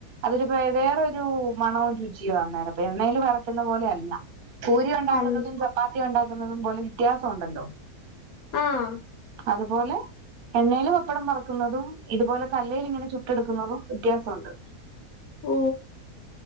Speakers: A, on the right (about 50°); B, on the left (about 70°).
A: അതിരുപ്പ വേറെരു മണവും രുചിയോ അന്നേരം ഇപ്പൊ എണ്ണയില് വറക്കുന്ന പോലെ അല്ല പൂരി ഉണ്ടാക്കുന്നതും
B: അൽ
A: ചപ്പാത്തി ഉണ്ടാക്കുന്നതും പോലെ വ്യത്യാസം ഉണ്ടല്ലോ
B: ആഹ്
A: അതുപോലെ എണ്ണേല് പപ്പടം പറക്കുന്നതും ഇതുപോലെ കല്ലേല് ഇങ്ങനെ ചുട്ടെടുക്കുന്നതും വ്യത്യാസമുണ്ട്
B: ഓ